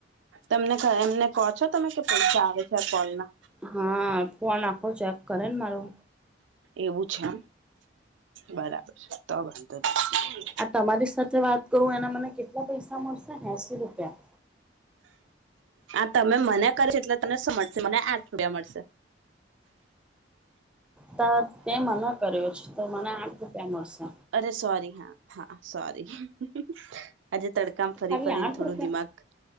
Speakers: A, on the right; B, in the centre.
A: તમને કહું, એમને કહો છો તમે કે પૈસા આવે છે આ કોલમાં?
B: હા, ફોન આખો ચેક કરે ને મારુ!
A: એવું જ. છેમ? બરાબર છે, તો વાંધો નહીં.
B: આ તમારી સાથે વાત કરું એના મને કેટલા પૈસા મળસે? એસી રૂપિયા?
A: આ તમે મને કર્યો છે, એટલે તને સમજ મને આઠ યા મળસે.
B: ત તે મને કર્યો છે, તો મને આઠ રૂપિયા મળશે
A: અરે સોરી હા હા સોરી આજે તડકામાં ફરી
B: ખાલી
A: ફરીને
B: આઠ
A: થોડું
B: રૂપિયા
A: દિમાગ